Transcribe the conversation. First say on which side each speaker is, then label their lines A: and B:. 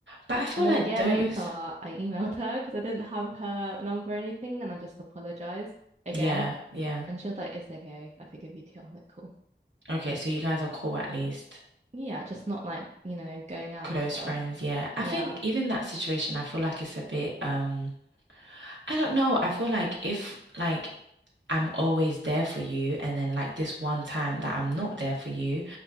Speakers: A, on the right; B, on the right.
A: But I feel
B: And then
A: like
B: a year
A: those,
B: later, I emailed her because I didn't have her number or anything, and I just apologized again.
A: yeah, yeah.
B: And she was like, it's okay. I forgive you too. I was like, cool.
A: Okay, so you guys are cool at least.
B: Yeah, just not like, you know, going out
A: Close
B: and stuff.
A: friends, yeah. I
B: Yeah.
A: think even that situation, I feel like it's a bit, um, I don't know. I feel like if like I'm always there for you and then like this one time that I'm not there for you,